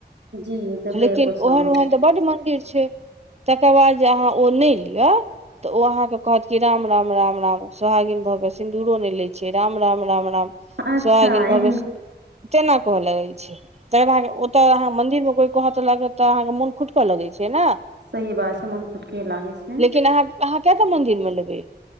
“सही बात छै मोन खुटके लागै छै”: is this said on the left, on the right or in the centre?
Right